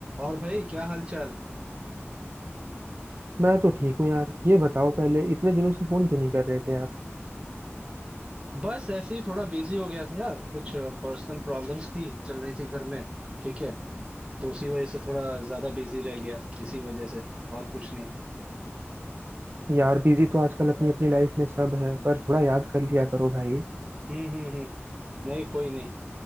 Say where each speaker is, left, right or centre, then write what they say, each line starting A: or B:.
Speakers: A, on the right (about 25°); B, on the right (about 50°).
A: और भाई क्या हाल चाल
B: मैं तो ठीक हूँ यार ये बताओ पहले इतने दिनों से फोन क्यों नहीं कर रहे थे आप
A: बस ऐसे ही थोड़ा बिजी हो गया था यार कुछ पर्सनल प्रॉब्लम्स थी चल रही थी घर में ठीक है तो उसी वजह से थोड़ा ज्यादा बिजी रह गया इसी वजह से और कुछ नहीं
B: यार बिजी तो आजकल अपनी अपनी लाइफ में सब है पर थोड़ा याद कर लिया करो भाई
A: हम्म हम्म हम्म नहीं कोई नहीं